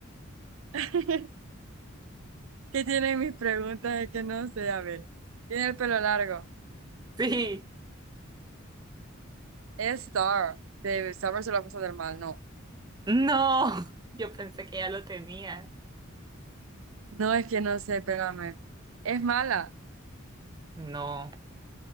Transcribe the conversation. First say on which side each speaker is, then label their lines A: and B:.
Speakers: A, on the right; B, on the right.
A: <laughs> ¿Qué tiene mis preguntas? Es que no sé, a ver. Tiene el pelo largo.
B: Sí.
A: Es Star, de Star versus las fuerzas del mal, no.
B: No, <laughs> yo pensé que ya lo tenía.
A: No es que no sé, espérame. Es mala.
B: No,